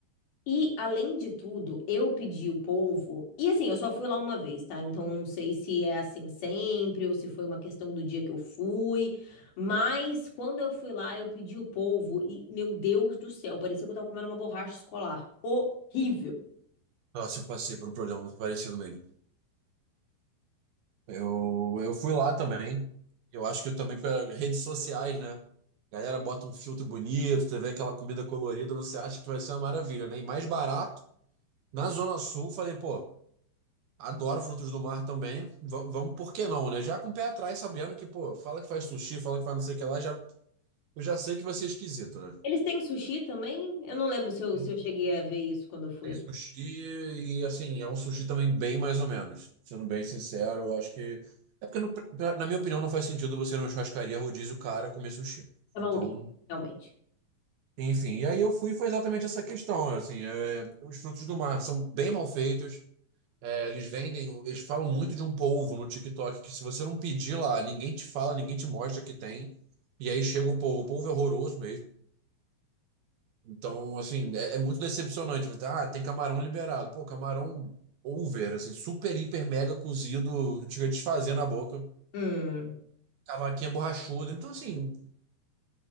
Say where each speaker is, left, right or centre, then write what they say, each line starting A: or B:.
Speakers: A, on the left; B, on the right.
A: E, além de tudo, eu pedi o polvo. E assim, eu só fui lá uma vez, tá? Então, não sei se é assim sempre ou se foi uma questão do dia que eu fui. Mas, quando eu fui lá, eu pedi o polvo. E, meu Deus do céu, parecia que eu tava comendo uma borracha escolar. Horrível.
B: Nossa, eu passei por um problema parecido mesmo. Eu, eu fui lá também. Eu acho que eu também pelas redes sociais, né? galera bota um filtro bonito, você vê aquela comida colorida, você acha que vai ser uma maravilha, né? E mais barato. Na Zona Sul, falei, pô, adoro frutos do mar também. va- Vamos, por que não, né? Já com o pé atrás, sabendo que, pô, fala que faz sushi, fala que faz não sei o que lá, já, eu já sei que vai ser esquisito, né?
A: Eles têm sushi também? Eu não lembro se eu,
B: Tem
A: se eu cheguei a ver isso quando eu fui.
B: tem sushi e, assim, é um sushi também bem mais ou menos. Sendo bem sincero, eu acho que. É porque, não- pra- na minha opinião, não faz sentido você ir numa churrascaria rodízio cara comer sushi.
A: É
B: Então,
A: maluquinho, realmente.
B: enfim. E aí eu fui, foi exatamente essa questão, assim, é, os frutos do mar são bem mal feitos. É, eles vendem, eles falam muito de um polvo no TikTok, que se você não pedir lá, ninguém te fala, ninguém te mostra que tem. E aí chega o polvo. O polvo é horroroso mesmo. Então, assim, é, é muito decepcionante. Você, Ah, tem camarão liberado. Pô, camarão over, assim, super, hiper, mega cozido, chega desfazendo a boca.
A: Hum.
B: Cavaquinha borrachuda. Então, assim,